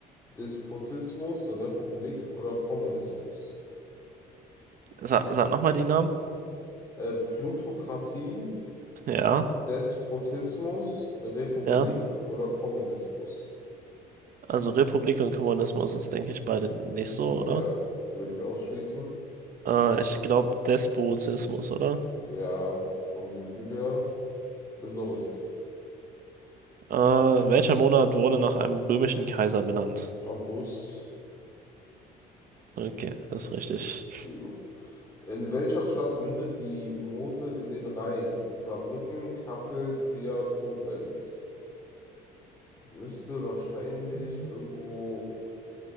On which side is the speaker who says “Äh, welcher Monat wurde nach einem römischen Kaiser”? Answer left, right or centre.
Right